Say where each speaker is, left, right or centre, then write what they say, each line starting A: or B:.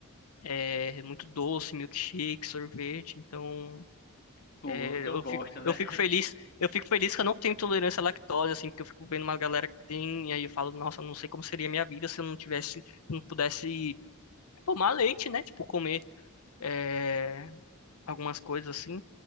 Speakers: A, on the left (about 75°); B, on the left (about 45°).
A: É muito doce, milkshake, sorvete. Então.
B: Tu,
A: É,
B: então
A: eu
B: gosta,
A: fico,
B: né?
A: eu fico feliz, eu fico feliz que eu não tenho intolerância à lactose, assim, porque eu fico vendo uma galera que tem, e aí eu falo, nossa, não sei como seria a minha vida se eu não tivesse, se eu não pudesse tomar leite, né? Tipo, comer é, algumas coisas assim.